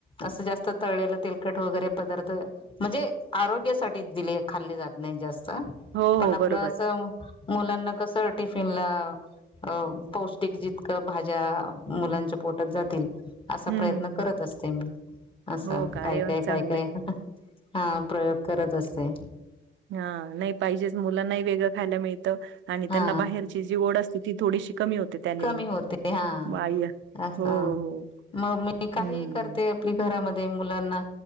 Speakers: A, on the left; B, on the right.
A: असं जास्त तळेलं तिलकट वगैरे पदार्थ म्हणजे आरोग्यासाठी दिले खाल्ले जात नाही जास्त.
B: हो
A: पण
B: हो
A: आपलं
B: बरोबर
A: असं मुलांना कस टिफिनला अ पौष्टिक जितक भाज्या मुलांच्या पोटात जातील असा
B: हम्म.
A: प्रयत्न करत असते मी असं
B: हो का?
A: काय
B: अरे वाह!
A: काय
B: चांगलंय.
A: काय काय. हा प्रयोग करत असते.
B: हा नाही पाहिजेच मुलांना वेगळं खायला मिळतं आणि
A: हा
B: त्यांना बाहेर ची जी असते ती थोडीशी कमी होते. त्याने.
A: कमी होते हा
B: बाह्य
A: अस
B: हो, हो.
A: मग मी काही
B: हम्म.
A: करते आपली घरामध्ये मुलांना